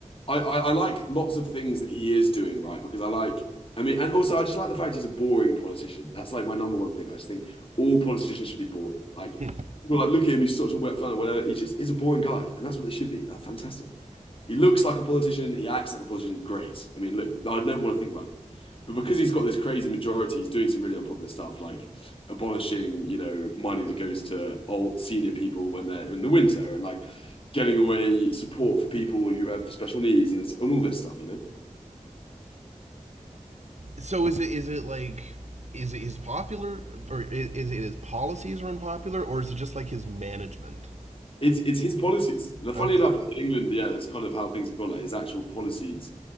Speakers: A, on the left (about 45°); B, on the right (about 60°).
A: I, I I like lots of things that he is doing right because I like. I mean, and also I just like the fact he's a boring politician. That's like my number one thing. I just think all politicians should be boring. Like,
B: Hmm.
A: well, like look at him, he's such a wet flannel, whatever. He just is a boring guy, and that's what they should be. That's fantastic. He looks like a politician. He acts like a politician. Great. I mean, look, I'd never want to think about it. But because he's got this crazy majority, he's doing some really unpopular stuff, like abolishing, you know, money that goes to old senior people when they're in the winter, and like getting away support for people who have special needs and, this, and all this stuff, you know?
B: So is it is it like is it his popular or is, is it his policies are unpopular or is it just like his management?
A: It's it's his policies. And funny
B: Okay.
A: enough, like, in England, yeah, that's kind of how things have gone. Like his actual policies